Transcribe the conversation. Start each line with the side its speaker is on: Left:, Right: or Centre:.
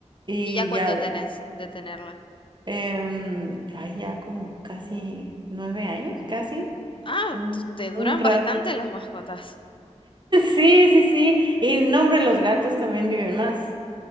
Right: Y
Left: ¿Y ya cuánto
Right: ya,
Left: tenés de tenerla?
Right: em, ay, ya como casi nueve años, casi.
Left: Ah,
Right: Un,
Left: tu- te duran
Right: un rato.
Left: bastante
Right: <laughs>
Left: las mascotas.
Right: Sí, sí, sí. Y nombre, los gatos también viven más,